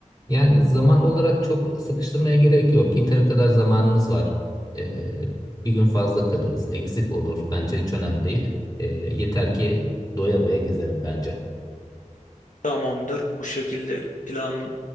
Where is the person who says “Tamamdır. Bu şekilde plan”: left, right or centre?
Left